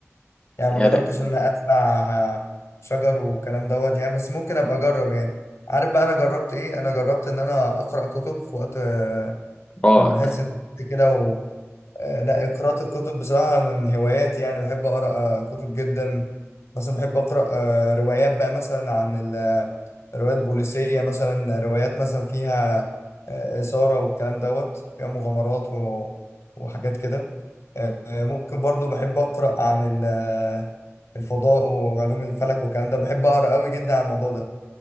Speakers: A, on the left (about 65°); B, on the left (about 20°).
A: يعني
B: يا
A: ما جربتش
B: ده
A: ان ازرع آه، شجر والكلام دوت يعني بس ممكن ابقى اجرب يعني عارف بقى انا جربت ايه انا جربت ان انا اقرا كتب في وقت آه،
B: راك
A: ما بحس ان كده آه، لا قراءة الكتب بصراحة من هواياتي يعني بحب أقرأ آه، كتب جدا مثلا بحب أقرأ آه، روايات بقى مثلا عن ال- آه، روايات بوليسية مثلا روايات مثلا فيها آه، إثارة والكلام دوت فيها مغامرات و- وحاجات كده آه، آه، ممكن برضو بحب أقرأ عن ال- آه، الفضاء وعلوم الفلك والكلام ده بحب أقرأ قوي جدا عن الموضوع ده